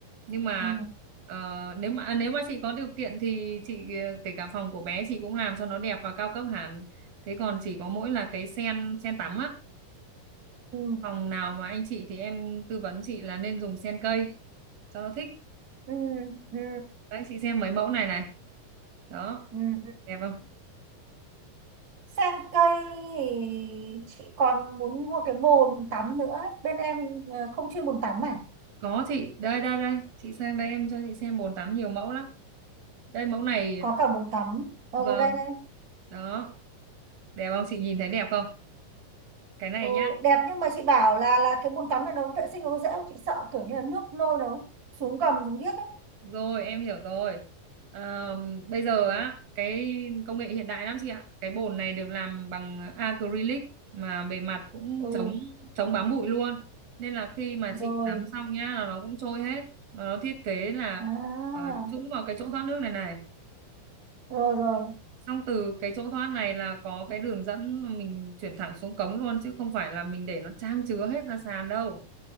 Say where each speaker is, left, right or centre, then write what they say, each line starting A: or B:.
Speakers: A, on the right (about 85°); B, on the right (about 30°).
A: nhưng mà
B: ừ
A: ờ, nếu mà à, nếu mà chị có điều kiện thì chị ờ, kể cả phòng của bé chị cũng làm cho nó đẹp và cao cấp hẳn thế còn chỉ có mỗi là cái sen sen tắm á
B: ừ
A: phòng nào mà anh chị thì em tư vấn chị là nên dùng sen cây cho nó thích
B: ừ ừ
A: đấy chị xem mấy mẫu này này đó
B: ừ
A: đẹp không
B: Sen cây thì chị còn muốn mua cái bồn tắm nữa. Bên em ờ, không chuyên bồn tắm à?
A: Có chị, đây đây đây, chị sang đây em cho chị xem bồn tắm nhiều mẫu lắm. Đây mẫu này,
B: Có cả bồn tắm. Ừ
A: vâng,
B: đây đây.
A: đó, đẹp không? Chị nhìn thấy đẹp không? Cái này
B: Ừ,
A: nhá,
B: đẹp nhưng mà chị bảo là là cái bồn tắm này nó vệ sinh nó có dễ không? Chị sợ kiểu như là nước nôi nó xuống gầm xuống giếc ấy.
A: rồi em hiểu rồi. Ờ, bây giờ á, cái công nghệ hiện đại lắm chị ạ. Cái bồn này được làm bằng acrylic mà bề mặt cũng
B: Ừ
A: chống chống bám bụi luôn. Nên là khi mà
B: rồi.
A: chị tắm xong nhá là nó cũng trôi hết. Và nó thiết kế là
B: À
A: ờ, trũng vào cái chỗ thoát nước này này
B: rồi rồi.
A: xong từ cái chỗ thoát này là có cái đường dẫn mà mình chuyển thẳng xuống cống luôn chứ không phải là mình để nó trang chứa hết ra sàn đâu